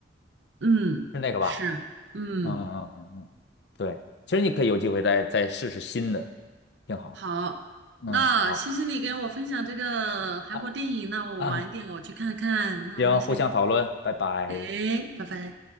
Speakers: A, on the right; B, on the left.
A: 嗯，
B: 是那个吧？
A: 是，嗯，
B: 嗯嗯嗯嗯，对，其实你可以有机会再再试试新的，挺好。
A: 好，那谢谢你给我分享这个韩国电影，
B: 嗯，好啊
A: 那我晚一点我去看看，
B: 啊，
A: 那我们先，
B: 行，互相讨论，拜拜。
A: 哎，拜拜。